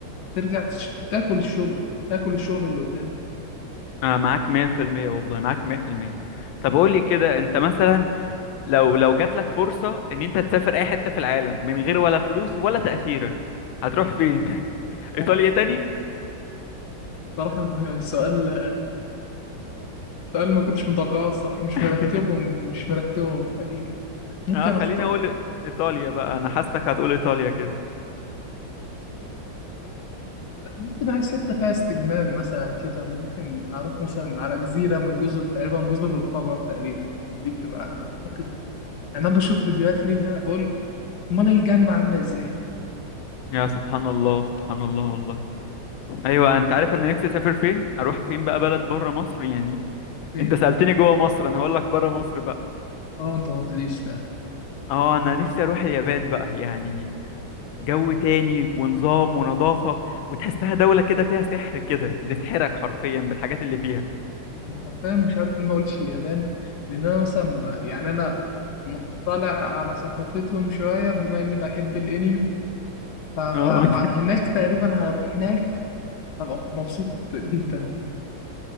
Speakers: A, on the left (about 65°); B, on the left (about 80°).
A: ترجع تش- تاكل الشغل تاكل الشغل اللي قدامك
B: آه معاك 100% والله معاك 100% طب قول لي كده أنت مثلا لو لو جات لك فرصة إن أنت تسافر أي حتة في العالم من غير ولا فلوس ولا تأشيرة هتروح فين؟ <laughs> إيطاليا
A: آه،
B: تاني؟
A: صراحة آه، سؤال ده اللي ما كنتش متوقعه الصراحة مش
B: <laughs>
A: مرتبهم مش مرتبهم فإيه ممكن
B: اه خليني
A: أخطأ
B: أقول إيطاليا بقى أنا حاسسك هتقول إيطاليا كده
A: لا، ممكن عايز حتة فيها استجمام مثلا كده ممكن أروح مثلا على جزيرة من جزر تقريبا جزر القمر تقريبا دي بتبقى أعتقد أنا بشوف فيديوهات ليها بقول أمال الجنة عاملة إزاي؟
B: يا سبحان الله سبحان الله والله ايوه انت عارف انا نفسي اسافر فين اروح فين بقى بلد بره مصر يعني
A: إيه؟
B: انت سألتني جوه مصر انا هقول لك بره مصر بقى
A: أه أنت ما قلتليش بقى
B: اه انا نفسي اروح اليابان بقى يعني جو تاني ونظام ونظافة وتحسها دولة كده فيها سحر كده بتسحرك حرفيا بالحاجات اللي فيها
A: أنا حرفيا مش عارف ليه ما قلتش اليابان لأن أنا مثلا ب- يعني أنا مطلع على ثقافتهم شوية بما إني بحب الأنمي ف- ف-
B: اه <laughs>
A: فهناك تقريبا هروح هناك هبقى مبسوط جدا